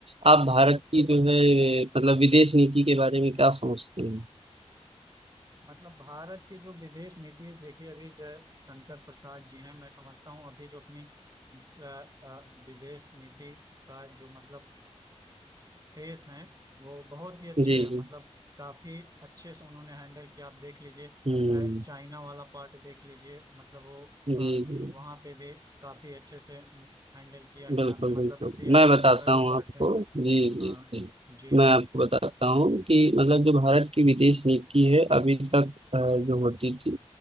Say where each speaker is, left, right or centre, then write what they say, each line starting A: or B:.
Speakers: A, on the right; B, on the right.
A: आप भारत की जो है मतलब विदेश नीति के बारे में क्या सोचते हैं
B: मतलब भारत की जो विदेश नीति है देखिए अभी जयशंकर प्रसाद जी हैं मैं समझता हूँ अभी जो अपनी अ, अ, विदेश नीति का जो मतलब फेस हैं वो बहुत ही अच्छे
A: जी,
B: हैं
A: जी।
B: मतलब काफी अच्छे से उन्होंने हैंडल किया आप देख लीजिए
A: हुँ,
B: अ, चाइना वाला पार्ट देख लीजिए मतलब वो
A: जी,
B: अ,
A: जी।
B: वहाँ पे भी काफी अच्छे से हैंडल किया गया
A: बिल्कुल
B: मतलब
A: बिल्कुल
B: सियाचिन
A: मैं बताता
B: वाला जो
A: हूँ
B: पार्ट
A: आपको
B: है
A: जी
B: हाँ
A: जी जी
B: जी
A: मैं आपको बताता हूँ कि मतलब जो भारत की विदेश नीति है अभी तक अ, जो होती थी